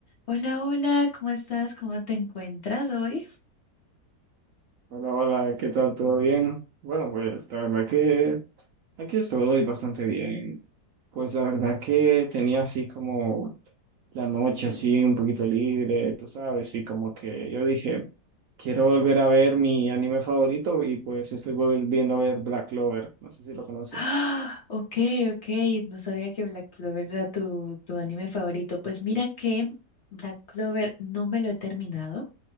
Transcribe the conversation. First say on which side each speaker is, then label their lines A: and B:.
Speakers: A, on the left; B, on the right.
A: Hola, hola, ¿cómo estás? ¿Cómo te encuentras hoy? <gasps>
B: Hola, hola, ¿qué tal? ¿Todo bien? Bueno, pues la verdad que aquí estoy bastante bien. Pues la verdad que tenía así como la noche así un poquito libre, tú sabes, y como que yo dije, quiero volver a ver mi anime favorito y pues estoy volviendo a ver Black Clover, no sé si lo conoces.
A: Ah, ok, ok, no sabía que Black Clover era tu, tu anime favorito. Pues mira que Black Clover no me lo he terminado,